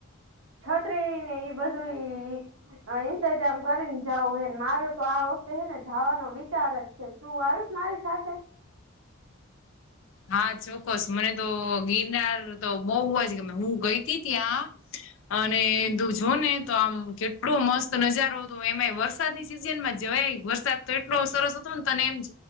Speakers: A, on the right (about 75°); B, on the left (about 65°).
A: છતરી ને ઈ બધુંઈ હ ઇંતજામ કરીને જાવો હે ને મારો તો આ વખતે હેને જવાનો વિચાર જ છે. તું આવીશ મારી સાથે?
B: હા ચોક્કસ. મને તો ગિરનાર તો બઉ અજ ગમેં. હું ગઈ હતી ત્યાં અને તું જો ને તો આમ કેટલો મસ્ત નજારો હતો એમાં વરસાદની સિઝન માં જવાય વર સાદ તો એટલો સરસ હતો તને એમ